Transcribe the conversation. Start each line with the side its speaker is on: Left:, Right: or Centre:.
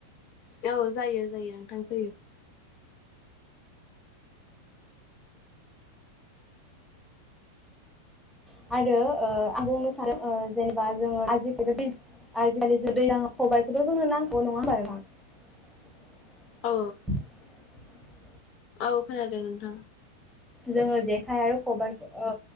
Left: औ जायो जायो। थां जायो।
Centre: <unintelligible> <inaudible>
Left: औ औ खोनादों नोंथां।
Centre: जोङो जेखाइ आरो खबाइ ओ